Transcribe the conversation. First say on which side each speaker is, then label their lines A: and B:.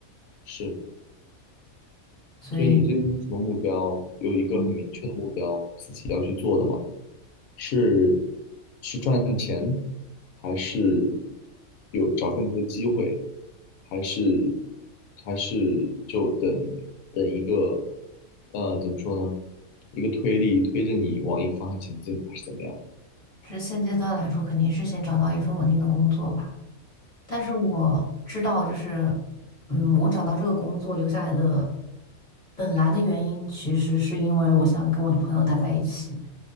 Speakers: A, on the left; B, on the left.
A: 是，
B: 所以，
A: 所以你最近有什么目标？有一个很明确的目标，
B: 嗯，
A: 自己要去做的吗？是是赚钱，还是有找更多的机会，还是还是就等等一个呃怎么说呢？一个推力推着你往一个方向前进，还是怎么样？
B: 是现阶段来说，肯定是先找到一份稳定的工作吧。但是我知道，就是，嗯，我找到这个工作留下来的本来的原因，其实是因为我想跟我的朋友待在一起，